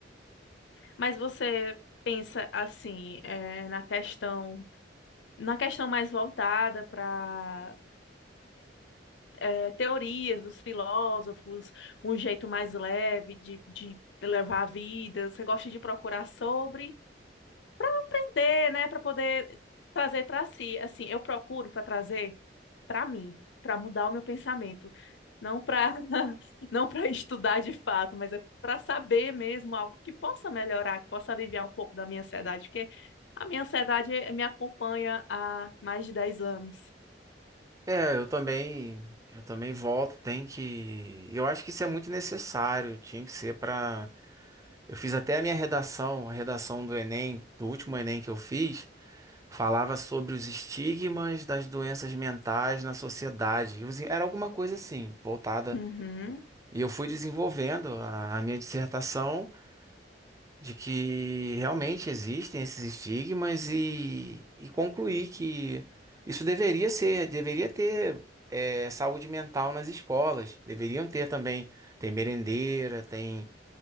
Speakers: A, on the left; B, on the right.
A: Mas você pensa assim, eh, na questão, na questão mais voltada para eh, teorias dos filósofos, um jeito mais leve de, de levar a vida, você gosta de procurar sobre, entender, né, para poder trazer para si. Assim, eu procuro para trazer para mim, para mudar o meu pensamento, não para <laughs> não para estudar de fato, mas é para saber mesmo algo que possa melhorar, que possa aliviar um pouco da minha ansiedade, porque a minha ansiedade me acompanha há mais de 10 anos.
B: é, eu também, eu também volto, tem que, eu acho que isso é muito necessário, tinha que ser para Eu fiz até a minha redação, a redação do Enem, do último Enem que eu fiz, falava sobre os estigmas das doenças mentais na sociedade. E os- Era alguma coisa assim, voltada.
A: Uhum,
B: E eu fui desenvolvendo a, a minha dissertação de que realmente existem esses estigmas e, e concluí que isso deveria ser, deveria ter eh, saúde mental nas escolas, deveriam ter também. Tem merendeira, tem.